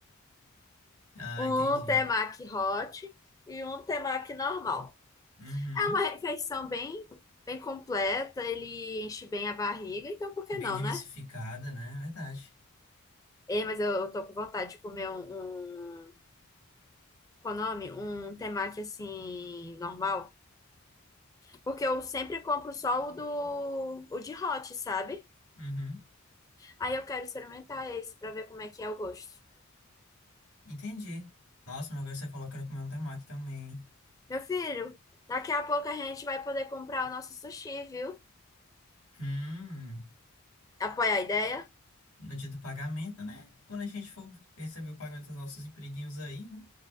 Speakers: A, on the left (about 80°); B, on the left (about 15°).
A: Ah,
B: Um
A: entendi.
B: temaki hot e um temaki normal.
A: Uhum.
B: É uma refeição bem, bem completa, ele enche bem a barriga, então por que
A: Bem
B: não,
A: diversificada,
B: né?
A: né? Verdade.
B: Ei, mas eu, eu tô com vontade de comer um, um, qual é o nome? Um temaki assim, normal. Porque eu sempre compro só o do, o de hot, sabe?
A: Uhum.
B: Aí eu quero experimentar esse pra ver como é que é o gosto.
A: Entendi. Nossa, mas agora você falou que era comer um temaki também.
B: Meu filho, daqui a pouco a gente vai poder comprar o nosso sushi, viu?
A: Hum,
B: Apoia a ideia?
A: no dia do pagamento, né? Quando a gente for receber o pagamento dos nossos empreguinhos aí, né?